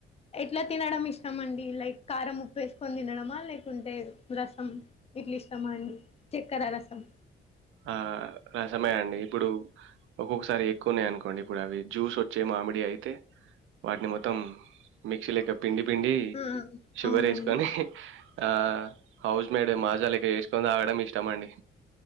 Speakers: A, on the left; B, on the right.
A: ఎట్లా తినడం ఇష్టమండి లైక్ కారం ఉప్పు వేసుకొని తినడమా లేకుంటే రసం ఇట్లా ఇష్టమా అండి చక్కెర రసం
B: ఆ రసమే అండి ఇప్పుడు ఒక్కొక్కసారి ఎక్కువన్నాయి అనుకోండి ఇప్పుడు అవి జ్యూస్ వచ్చే మామిడి అయితే వాటిని మొత్తం మిక్సీ ల పిండి పిండి
A: ఆ
B: షుగర్
A: అవునండి
B: వేసుకొని ఆ హౌస్ మేడ్ మాజాలేక్క చేసుకొని తాగడం ఇష్టమండి